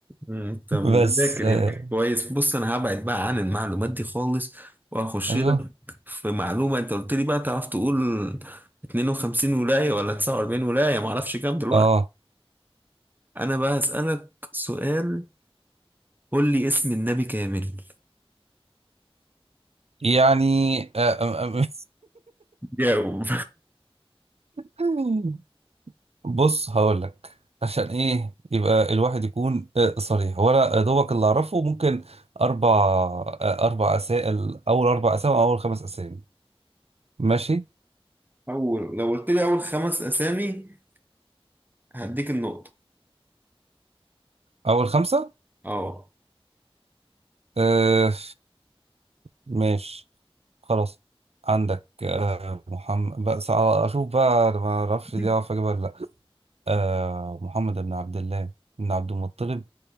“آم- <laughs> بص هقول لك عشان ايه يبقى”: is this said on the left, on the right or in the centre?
Right